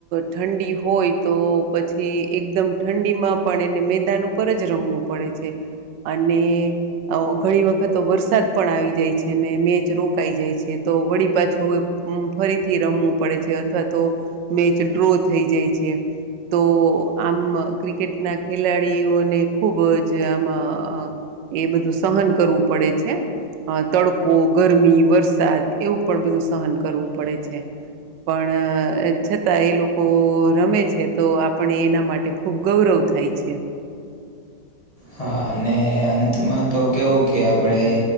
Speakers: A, on the right; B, on the left.
A: ઠંડી હોય તો પછી એકદમ ઠંડીમાં પણ એને મેદાન ઉપર જ રમવું પડે છે અને ઘણી વખત વરસાદ પણ આવી જાય છે ને મેચ રોકાઈ જાય છે તો વળી પાછું હમ્મ ફરીથી રમવું પડે છે અથવા તો મેચ ડ્રો થઈ જાય છે તો આમ ક્રિકેટના ખેલાડીઓને ખુબ જ આમાં એ બધું સહન કરવું પડે છે અ તડકો, ગરમી, વરસાદ, એવું પણ બધું સહન કરવું પડે છે પણ છતાં એ લોકો રમે છે તો આપણે એના માટે ખૂબ ગૌરવ થાય છે
B: હા અને અંતમાં તો કેવું કે આપણેે